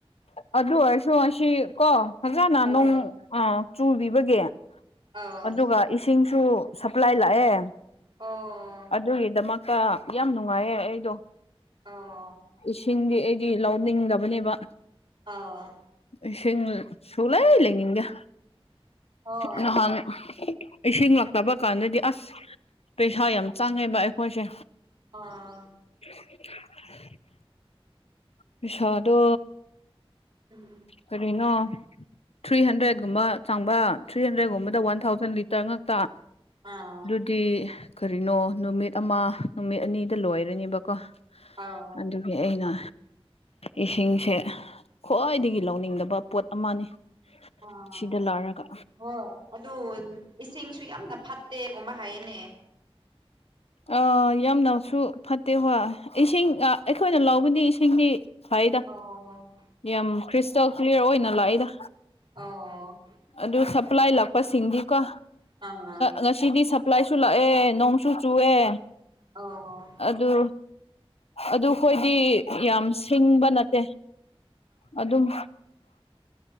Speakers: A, on the left; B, on the right.
A: ꯑꯗꯨ ꯑꯣꯏꯔꯁꯨ ꯑꯁꯤ ꯀꯣ ꯐꯖꯅ
B: ꯑꯣ
A: ꯅꯣꯡ ꯆꯨꯕꯤꯕꯒꯦ
B: ꯑꯧ
A: ꯑꯗꯨꯒ ꯏꯁꯤꯡꯁꯨ ꯁꯄ꯭ꯂꯥꯏ ꯂꯥꯛꯑꯦ
B: ꯑꯣ
A: ꯑꯗꯨꯒꯤꯗꯃꯛ ꯑ ꯌꯥꯝ ꯅꯨꯡꯉꯥꯏꯌꯦꯦ ꯑꯩꯗꯣ
B: ꯑꯣ
A: ꯏꯁꯤꯡꯗꯤ ꯑꯩꯗꯤ ꯂꯧꯅꯤꯡꯗꯕꯅꯦꯕ
B: ꯑꯣ
A: ꯏꯁꯤꯡ ꯁꯂꯥꯏ ꯂꯩꯉꯒ
B: ꯍꯣꯏ
A: ꯅꯍꯥꯟ ꯏꯁꯤꯡ ꯂꯛꯇꯕ ꯀꯥꯟꯗꯗꯤ ꯑꯁ ꯄꯩꯁꯥ ꯌꯥꯝ ꯆꯪꯉꯦꯕ ꯑꯩꯈꯣꯏꯁꯦ
B: ꯑꯥ
A: <unintelligible> ꯄꯁꯣꯗꯣ
B: ꯎꯝ
A: ꯀꯔꯤꯅꯣ ꯊ꯭ꯔꯤ ꯍꯟꯗ꯭ꯔꯦꯠꯀꯨꯝꯕ ꯆꯪꯕ ꯊ꯭ꯔꯤ ꯍꯟꯗ꯭ꯔꯦꯠꯀꯨꯝꯕꯗ ꯋꯥꯟ ꯊꯥꯎꯖꯟ ꯆꯪꯉꯛꯇ
B: ꯑꯥ
A: ꯗꯤ ꯀꯔꯤꯅꯣ ꯅꯨꯃꯤꯠ ꯑꯃ ꯅꯨꯃꯤꯠ ꯑꯅꯤꯗ ꯂꯣꯏꯔꯅꯦꯕꯀꯣ
B: ꯑꯧ
A: ꯑꯗꯨ ꯑꯩꯅ ꯏꯁꯤꯡꯁꯦ ꯈ꯭ꯋꯥꯏꯗꯒꯤ ꯂꯧꯅꯤꯡꯗꯕ ꯄꯣꯠ ꯑꯃꯅꯤ
B: ꯑꯥ
A: ꯁꯤꯗ ꯂꯔꯒ
B: ꯍꯣꯏ ꯑꯗꯨ ꯏꯁꯤꯡꯁꯨ ꯌꯥꯝꯅ ꯐꯠꯇꯦꯒꯨꯝꯕ ꯍꯥꯏꯌꯦꯅꯦ
A: ꯑꯥ ꯌꯥꯝꯅꯁꯨ ꯐꯠꯇꯦ ꯍꯣꯏ ꯏꯁꯤꯡ ꯑꯩꯈꯣꯏꯅ ꯂꯧꯕꯗꯤ ꯏꯁꯤꯡꯗꯤ ꯐꯩꯗ
B: ꯑꯣ
A: ꯌꯥꯝ ꯈ꯭ꯔꯤꯁꯇꯦꯜ ꯀ꯭ꯂꯤꯌꯥꯔ ꯑꯣꯏꯅ ꯂꯥꯛꯏꯗ
B: ꯑꯣ
A: ꯑꯗꯨ ꯁꯄ꯭ꯂꯥꯏ ꯂꯥꯛꯄꯁꯤꯡꯗꯤꯀꯣ
B: ꯑꯥ
A: ꯉ ꯁꯤꯗꯤ ꯁꯄ꯭ꯂꯥꯏꯁꯨ ꯂꯥꯛꯑꯦ ꯅꯣꯡꯁꯨ ꯆꯨꯑꯦ
B: ꯑꯣ
A: ꯑꯗꯨ ꯑꯗꯨ ꯑꯩꯣꯏꯗꯤ ꯌꯥꯝ ꯁꯤꯡꯕ ꯅꯠꯇꯦ ꯑꯗꯨꯝ